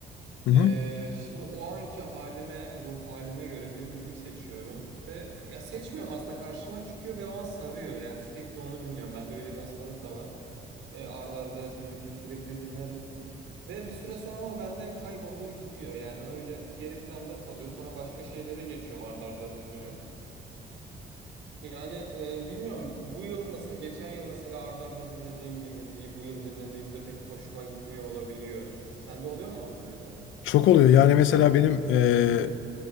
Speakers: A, on the left (about 80°); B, on the right (about 80°).
A: Hı hı.
B: Ee, şimdi o anki halime, ruh halime göre bir müzik seçiyorum ve ya seçmiyorum aslında karşıma çıkıyor ve o an sarıyor yani sürekli onu dinliyorum. Bende öyle bir hastalık da var. Ee, ard arda bir müziği sürekli dinlerim ve bir süre sonra o bende kayboluyor gidiyor yani öyle geri planda kalıyor. Sonra başka şeylere geçiyorum ard arda dinliyorum. Yani e, bilmiyorum bu yıl mesela geçen yıl mesela ard arda dinlediğim bir müziği bu yıl dinlediğimde pek hoşuma gitmiyor olabiliyor. Sende oluyor mu abi böyle?
A: Çok oluyor yani mesela benim ee,